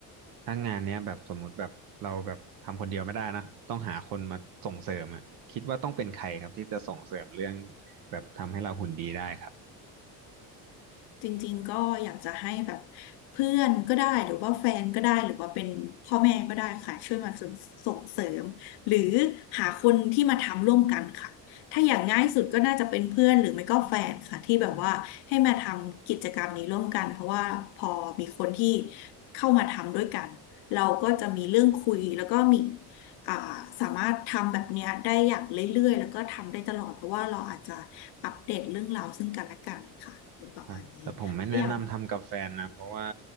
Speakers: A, on the right; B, on the left.
A: ถ้างานเนี้ยแบบสมมุติแบบเราแบบทำคนเดียวไม่ได้นะต้องหาคนมาส่งเสริมอะคิดว่าต้องเป็นใครครับที่จะส่งเสริมเรื่องแบบทำให้เราหุ่นดีได้ครับ
B: จริงๆก็อยากจะให้แบบเพื่อนก็ได้หรือว่าแฟนก็ได้หรือว่าเป็นพ่อแม่ก็ได้ค่ะช่วยมาส่งส่งเสริมหรือหาคนที่มาทำร่วมกันค่ะถ้าอย่างง่ายสุดก็น่าจะเป็นเพื่อนหรือไม่ก็แฟนค่ะที่แบบว่าให้มาทำกิจกรรมนี้ร่วมกันเพราะว่าพอมีคนที่เข้ามาทำด้วยกันเราก็จะมีเรื่องคุยแล้วก็มี อ่าสามารถทำแบบเนี้ยได้อย่างเรื่อยๆแล้วก็ทำได้ตลอดเพราะว่าเราอาจจะอัปเดตเรื่องราวซึ่งกันและกันค่ะเป็นประมาณนี้ตัวอย่างของ
A: ครับแต่ผมไม่แนะนำทำกับแฟนนะเพราะว่า